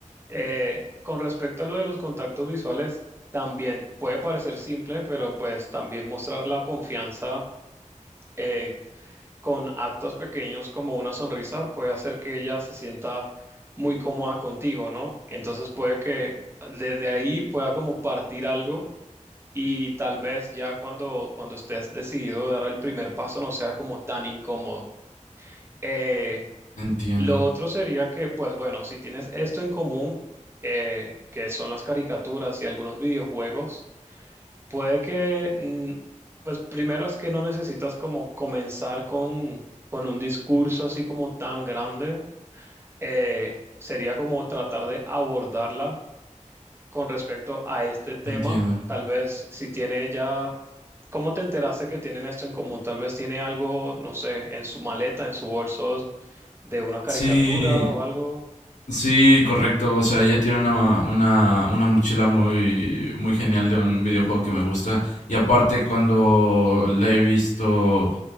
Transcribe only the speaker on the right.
Eh, con respecto a lo de los contactos visuales, también puede parecer simple, pero pues también mostrar la confianza eh, con actos pequeños como una sonrisa puede hacer que ella se sienta muy cómoda contigo, ¿no? Entonces puede que desde ahí pueda como partir algo y tal vez ya cuando, cuando estés decidido a dar el primer paso no sea como tan incómodo. Eh,
lo otro sería que, pues bueno, si tienes esto en común, eh, que son las caricaturas y algunos videojuegos, puede que, mm, pues primero es que no necesitas como comenzar con, con un discurso así como tan grande. Eh, sería como tratar de abordarla con respecto a este tema,
tal vez si tiene ella, ¿cómo te enteraste que tienen esto en común? Tal vez tiene algo, no sé, en su maleta, en su bolso de una caricatura
o algo.